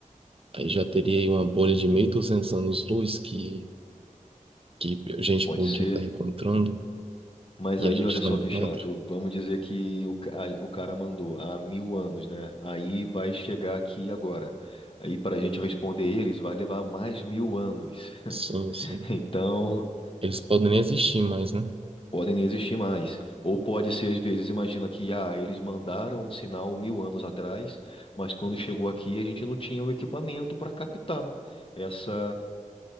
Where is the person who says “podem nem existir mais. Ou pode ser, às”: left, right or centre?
Left